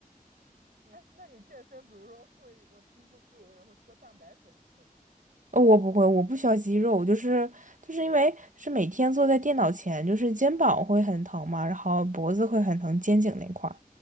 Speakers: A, on the right; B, on the right.
A: 哎，那你健身，比如说会，我听说有的人会喝蛋白粉，你会吗？
B: 呃我不会，我不需要肌肉，就是就是因为是每天坐在电脑前，就是肩膀会很疼嘛，然后脖子会很疼，肩颈那块儿，